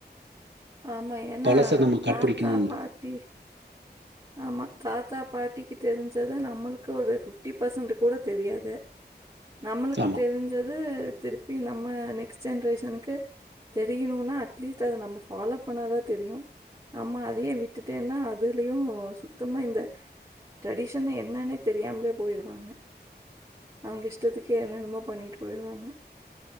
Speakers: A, on the right; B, on the right.
A: ஆமா ஏனா
B: பழசை நம்ம
A: தாத்தா
B: கடைப்பிடிக்கணும்னு
A: பாட்டி ஆமா தாத்தா பாட்டிக்கு தெரிஞ்சத நம்மளுக்கு ஒரு ஃபிப்டி பர்சன்ட்டு கூட தெரியாது நம்மளுக்கு
B: ஆமாம்
A: தெரிஞ்சது திருப்பி நம்ம நெக்ஸ்ட் ஜென்ரேஷனுக்கு தெரியணும்னா அட்லீஸ்ட் அத நம்ம ஃபாலோ பண்ணாதா தெரியு நம்ம அதே விட் ட்டுட்டேன்னா அதுலயு ஓ சுத்தமா இந்த ட்ரெடிஷன் என்னன்னே தெரியாமலேயே போயிருவாங்க அவங்க இஷ்டத்துக்கே என்னென்னமோ பண்ணிட்டு போயிர்வாங்க